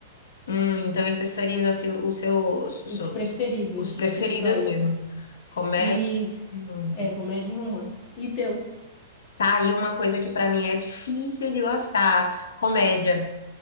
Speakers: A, on the left (about 80°); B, on the left (about 30°).
A: Hum, então esses seriam assim, os seus, os,
B: Os
A: seus-
B: preferidos,
A: os preferidos
B: tipo, pra ir.
A: mesmo. Comédia,
B: E
A: romance.
B: é comédia e romance. E teu?
A: Tá aí uma coisa que pra mim é difícil de gostar. Comédia.